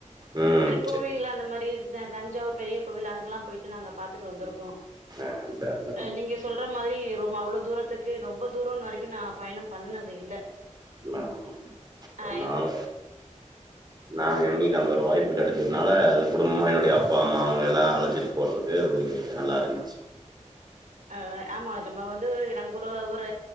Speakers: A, on the right; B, on the right.
A: உம்
B: கோவில்ல அந்த மாரி இததா கொஞ்சாவ பெரிய கோவில் அக்கெல்லா போயிட்டு நாங்க பாத்துட்டு வந்திருகோ
A: அதா அதா
B: அஹ் நீங்க சொல்ற மாதிரி ரொம்ப அவ்ளோ தூரத்துக்கு ரொம்ப தூர வரைக்கு நா பயண பண்ணனது இல்ல
A: ஆ இப்ப
B: ஆ
A: நால நான எங்களுக்கு அந்த ஒரு வாய்ப்பு கெடைச்சதுனால அது குடும்ப என்னுடைய அப்பா அம்மா அவங்கல்லா அழைச்சிட்டு போறதுக்கு அது நல்லாருந்துச்சு
B: ஆஹ் ஆமா நம்ம வந்து நமக்கொரு ஒர் ப